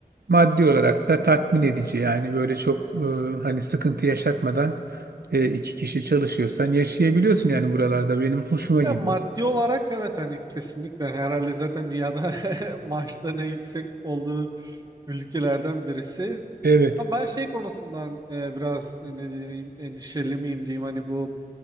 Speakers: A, on the right; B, on the right.
A: maddi olarak da tatmin edici yani böyle çok e, hani sıkıntı yaşatmadan e, iki kişi çalışıyorsan yaşayabiliyorsun yani buralarda benim hoşuma
B: Ya
A: gidiyor.
B: maddi olarak evet hani kesinlikle herhalde zaten dünyada <laughs> maaşların en yüksek olduğu ülkelerden birisi.
A: Evet.
B: Ama ben şey konusundan e, biraz e, ne diyeyim endişeli miyim diyeyim hani bu